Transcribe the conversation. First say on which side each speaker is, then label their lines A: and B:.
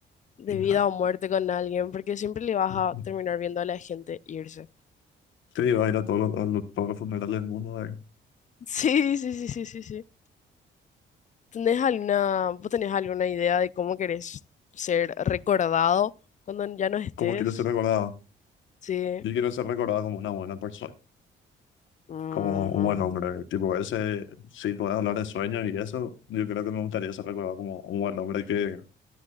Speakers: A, on the left; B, on the left.
A: de
B: Y nada.
A: vida o muerte con alguien, porque siempre le vas
B: <laughs>
A: a terminar viendo a la gente irse. <laughs>
B: Te digo, ir a todos los, a los- todos los funerales del mundo, de
A: Sí, sí, sí, sí, sí, sí. ¿Tenés alguna, vos tenés alguna idea de cómo querés ser recordado cuando ya no estés?
B: cómo quiero ser recordado.
A: Sí.
B: Yo quiero ser recordado como una buena persona,
A: Ujú.
B: como un buen hombre. Tipo, ese, si puedes hablar de sueños y eso, yo creo que me gustaría ser recordado como un buen hombre que,